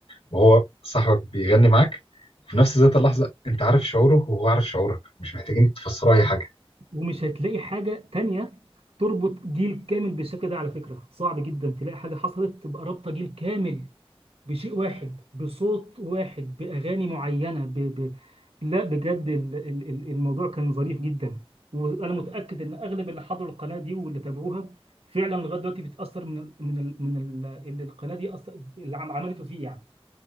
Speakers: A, on the left; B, on the right.
A: وهو صاحبك بيغني معاك وفي نفس ذات اللحظه انت عارف شعوره وهو عارف شعورك مش محتاجين تفسروا اي حاجه
B: ومش هتلاقي حاجة تانية تربط جيل كامل بالشكل ده على فكرة صعب جدا تلاقي حاجة حصلت تبقى رابطة جيل كامل بشيء واحد بصوت واحد بأغاني معينة ب... ب... لا بجد ال... ال... ال- الموضوع كان ظريف جدا وأنا متأكد إن أغلب اللي حضروا القناة دي واللي تابعوها فعلا لغاية دلوقتي بيتأثر من ال... من ال... من ال... اللي القناة دي أص... اللي عم- عملته فيه يعني